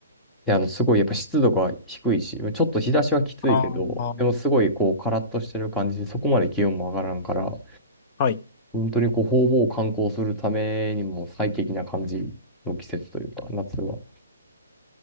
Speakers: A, in the centre; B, on the left (about 20°).
A: で、あの、すごいやっぱ湿度が低いし、ちょっと日差しはきついけど、
B: ああ、
A: でもすごいこう、カラッとしてる感じで、そこまで気温も上がらんから、
B: はい。
A: 本当にこう、方々を観光するためにも最適な感じの季節というか、夏は。